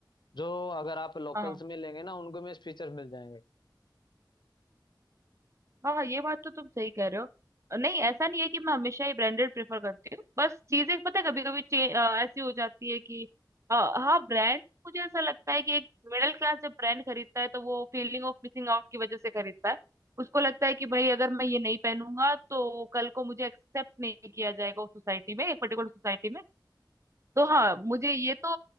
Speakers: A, on the left; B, on the right.
A: जो अगर आप लोकल्स
B: हाँ
A: में लेंगे ना उनको में फीचर मिल जाएंगे
B: हाँ ये बात तो तुम सही कह रहे हो नहीं ऐसा नहीं है कि मैं हमेशा ही ब्रांडेड प्रेफर करती हूँ बस चीजें पता है कभी कभी ऐसी हो जाती है कि अ, हाँ ब्रांड मुझे ऐसा लगता है कि एक मिडिल क्लास जब ब्रांड खरीदता है तो वो फीलिंग ऑफ मिसिंग आउट की वजह से खरीदता है उसको लगता है कि भाई अगर मैं ये नहीं पहनूंगा तो कल को मुझे एक्सेप्ट नहीं किया जाएगा उस सोसाइटी में एक पर्टिकुलर सोसाइटी में तो हाँ मुझे ये तो